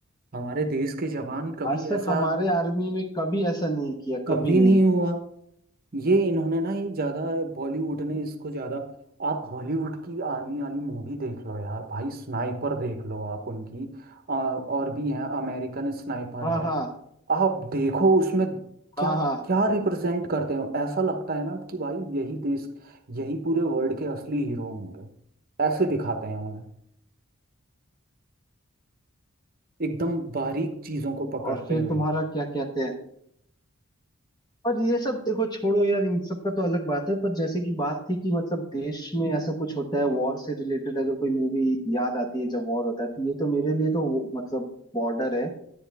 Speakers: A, on the right (about 45°); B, on the left (about 20°).
A: हमारे देश के जवान कभी
B: आज तक
A: ऐसा
B: हमारे आर्मी में कभी ऐसा नहीं किया
A: कभी
B: कभी नहीं
A: नहीं हुआ ये इन्होंने ना ये ज्यादा बॉलीवुड ने इसको ज्यादा आप हॉलीवुड की आर्मी वाली मूवी देख लो यार भाई स्नाइपर देख लो आप उनकी आ, और भी है अमेरिकन स्नाइपर
B: हाँ
A: है
B: हाँ
A: आप देखो उसमें क्या
B: हाँ हाँ
A: क्या रिप्रेजेंट करते हो ऐसा लगता है ना कि भाई यही देश यही पूरे वर्ल्ड के असली हीरो होंगे ऐसे दिखाते हैं उन्हें एकदम बारीक चीजों को पकड़ते
B: और फिर
A: हुए
B: तुम्हारा क्या कहते हैं पर ये सब देखो छोड़ो यार इन सब का तो अलग बात है पर जैसे कि बात थी कि मतलब देश में ऐसा कुछ होता है वॉर से रिलेटेड अगर कोई मूवी याद आती है जब वॉर होता है तो ये तो मेरे लिए तो वो, मतलब बॉर्डर है